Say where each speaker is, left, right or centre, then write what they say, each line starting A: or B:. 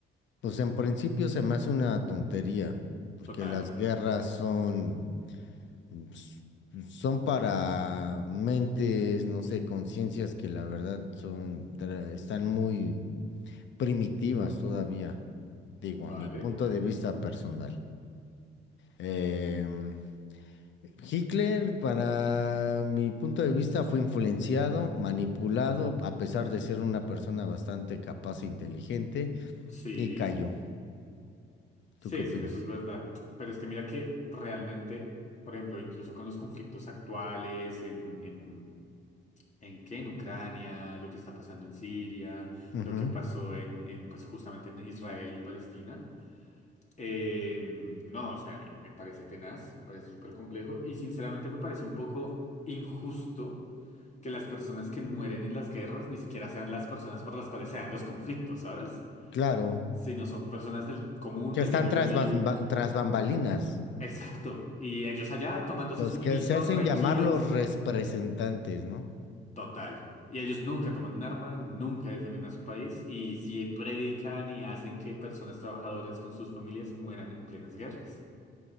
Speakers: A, on the left; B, on the left.
A: Pues en principio se me hace una tontería, porque
B: Total.
A: las guerras son s- son para mentes, no sé, conciencias que la verdad son, tra- están muy primitivas todavía, digo,
B: Vale.
A: a mi punto de vista personal. Em, Hitler, para mi punto de vista, fue influenciado, manipulado, a pesar de ser una persona bastante capaz e inteligente,
B: Sí.
A: y cayó.
B: Sí,
A: ¿Tú qué
B: eso,
A: opinas?
B: eso es verdad. Pero es que mira que realmente, por ejemplo, incluso con los conflictos actuales en, en, en qué, en Ucrania, lo que está pasando en Siria,
A: Ujú,
B: lo que pasó en, en pues justamente en Israel y Palestina. Eh, no, o sea, a mí me parece tenaz, me parece súper complejo y sinceramente me parece un poco injusto que las personas que mueren en las guerras ni siquiera sean las personas por las cuales se dan los conflictos, ¿sabes?
A: Claro,
B: Sino son personas del común,
A: que
B: del
A: están
B: diario
A: tras,
B: vivir,
A: bas- ba- tras bambalinas.
B: Exacto. Y ellos allá tomándose
A: Los
B: su
A: que
B: vinito,
A: se hacen
B: tranquilos,
A: llamar los representantes, ¿no?
B: total. Y ellos nunca toman un arma, nunca defienden a su país y sí predican y hacen que personas trabajadoras con sus familias mueran en plenas guerras.